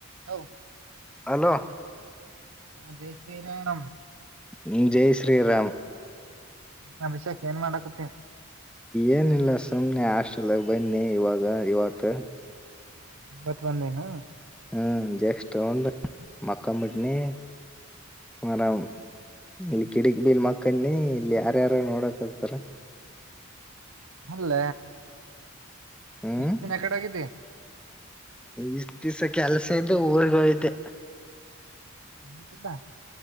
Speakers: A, on the right; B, in the centre.
A: Hello
B: hello
A: ಹ ಜಯ ಶ್ರೀರಾಮ
B: ್ಮ ಜೈ ಶ್ರೀರಾಮ್
A: ನ ಅಭಿಷೇಕ್ ಏನ್ ಮಾಡಕತ್ತೀನಿ
B: ಏನಿಲ್ಲ ಸುಮ್ಮನೆ ಆಸ್ೆಲ್ ಬನ್ನಿ ಇವಾಗ ಇವತ್ತು
A: ಬತವಂದಂದ ಹ
B: ಹ್ಮ್ ಜೇಸ್ ತಗೊಂಡ ಮಕ್ಕಾ ಮಿಟ್ನಿ ಆರಾಮ್ ಇಲ್ಲಿ ಕಿಡಕ್ ಬೀಲ್ ಮಕ್ಕನ್ನಿ ಇಲ್ಲಿ ಯಾರ್ಯಾರ ನೋಡಕತಾರ
A: ಅಲ್ಲ
B: ಹ್ಮ್
A: ಎಷ್ಟು ದಿನ ಕಡೆೋಗಿದ್ದ
B: ಇಷ್ಟ್ ದಿವ್ಸ ಕೆಲ್ಸ ಇದ್ದು ಊರ್ಗ ಹೋಯ್ದೆ
A: ನತ ಬಾ